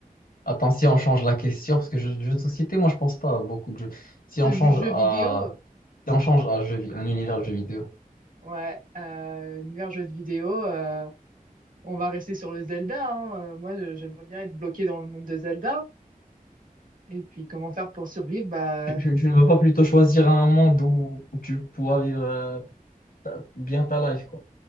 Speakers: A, on the left; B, on the right.
A: Attends, si on change la question, parce que jeu jeux de société, moi je pense pas à beaucoup de jeux. Si
B: C'est
A: on change
B: le jeu
A: à,
B: vidéo. euh,
A: si on change à jeu vi- un univers de jeux vidéo,
B: Ouais, euh, univers jeux de vidéo, euh, on va rester sur le Zelda, hein. Euh, Moi, je- j'aimerais bien être bloqué dans le monde de Zelda. Et puis, comment faire pour survivre? Bah,
A: tu, tu- tu ne veux pas plutôt choisir un monde où, où tu pourras vivre euh, ta- bien ta life, quoi.